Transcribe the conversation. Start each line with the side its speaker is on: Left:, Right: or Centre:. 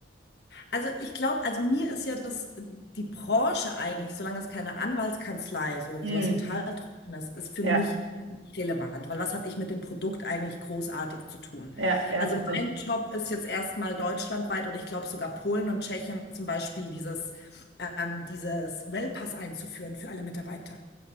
Left: Also ich glaube, also mir ist ja das, die Branche eigentlich, solange es keine Anwaltskanzlei ist oder
Right: Mm,
Left: sowas total Trockenes, ist für
Right: ja,
Left: mich nicht relevant, weil was habe ich mit dem Produkt eigentlich großartig zu tun?
Right: ja, ja,
Left: Also
Right: richtig.
Left: mein Job ist jetzt erstmal deutschlandweit oder ich glaube sogar Polen und Tschechien zum Beispiel dieses, ähm, dieses Wellpass einzuführen für alle Mitarbeiter.